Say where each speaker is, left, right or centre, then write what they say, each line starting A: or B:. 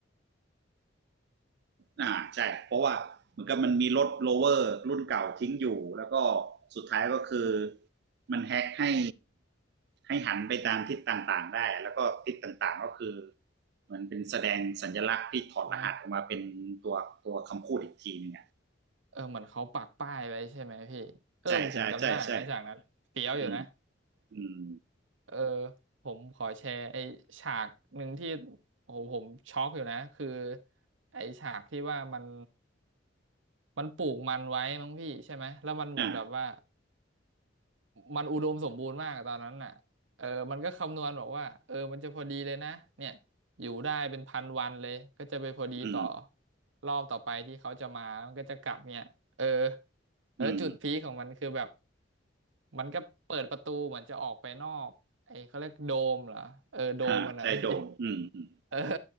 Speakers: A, on the right (about 60°); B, on the right (about 80°).
A: อ่าใช่เพราะว่าเหมือนกับมันมีรถโลเวอร์รุ่นเก่าทิ้งอยู่แล้วก็สุดท้ายก็คือมันแฮ็กให้ให้หันไปตามทิศต่างๆได้แล้วก็ทิศต่างๆก็คือเหมือนเป็นแสดงสัญลักษณ์ที่ถอดรหัสออกมาเป็นตัวตัวคำพูดอีกทีหนึงอ่ะ
B: อ๋อเออเหมือนเขาปักป้ายไว้ใช่ไหมพี่ เออผมจำได้นะฉากนั้นเฟี้ยวอยู่นะ
A: ใช่ใช่ใช่ใช่อืมอืม
B: <laughs> เออผมขอแชร์ไอ้ฉากหนึ่งที่โอ้โหผมช็อกอยู่นะ คือไอ้ฉากที่ว่ามันมันปลูกมันไว้มั้งพี่ใช่ไหมแล้วมันเหมือนแบบว่า
A: อ่า
B: มันอุดมสมบูรณ์มากตอนนั้นน่ะเออมันก็คำนวณบอกว่าเออมันจะพอดีเลยนะเนี่ยอยู่ได้เป็นพันวันเลยก็จะไปพอดีต่อ
A: อืม
B: รอบต่อไปที่เขาจะมามันก็จะกลับเนี่ยเออแล้วจุดพีคของมันคือแบบ
A: อืม
B: มันก็เปิดประตูเหมือนจะออกไปนอกไอ้เขาเรียกโดมเหรอเออโดมมันอะพี่
A: อ่าใช่โดมอืม
B: เออ